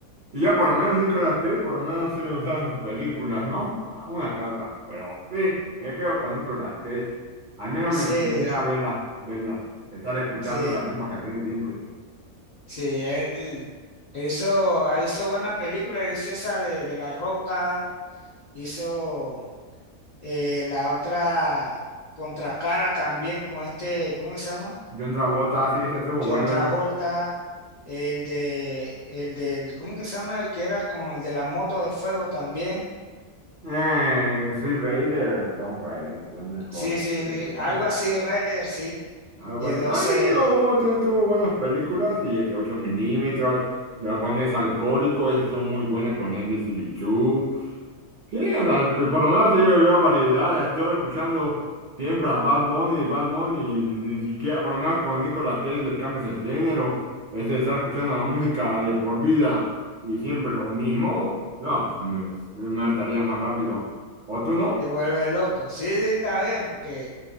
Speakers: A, on the right; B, on the left.
A: Y ya por lo menos Nicolas Cage, por lo menos sí me gustaron sus películas, ¿no? Ah, Una que otra, pero sí, me quedo con Nicolas Cage. Al menos
B: Sí,
A: me entretenía verlas, verlas, estar escuchando
B: sí,
A: las mismas canciones siempre.
B: sí, él, él hizo, ah, hizo buena película, él hizo esa de, de La Roca, hizo eh, la otra Contracara también con este, ¿cómo que se llama?
A: John Travolta, sí, esa estuvo
B: John
A: buena.
B: Travolta, el de, el del, ¿cómo que se llama? El que era con el de la moto de fuego también.
A: Eh, sí, Raider, Tom Raider, bueno,
B: Sí,
A: Hulk
B: sí,
A: Raider,
B: sí, algo así de Raider, sí.
A: Ah, bueno,
B: Y entonces
A: no, sí, digo, hubo- tu- tuvo buenas películas y este 8 milímetros, la cual no es alcohólico esas estuvo muy buena con Andy y Bichú. Sí, o sea, pues, por lo menos sí veo variedad, estoy escuchando siempre a Bad Bunny, Bad Bunny, ni siquiera, por lo menos con Nicolas Cage le cambias el género, este de estar escuchando la música de por vida y siempre lo mismo, no, pues me, me hartaría más rápido. ¿O tú no?
B: te vuelve loco. Sí, sí, está bien, porque